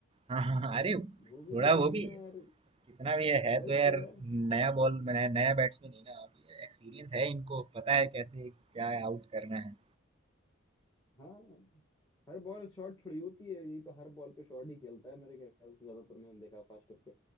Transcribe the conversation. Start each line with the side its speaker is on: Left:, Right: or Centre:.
Right: हाँ हाँ, हाँ, अरे
Left: भूवी
Right: थोड़ा
Left: के सामने
Right: वो भी
Left: यार
Right: कितना भी है, है
Left: वही
Right: तो यार
Left: तो यार
Right: नया बॉल नया नया बैट्समैन है ना एक्सपीरियंस है इनको पता है कैसे क्या आउट करना है
Left: हाँ हर बॉल शॉट थोड़ी होती है ये तो हर बॉल पे शॉट ही खेलता है मेरे ख्याल से ज्यादातर मैंने देखा फास्टर पे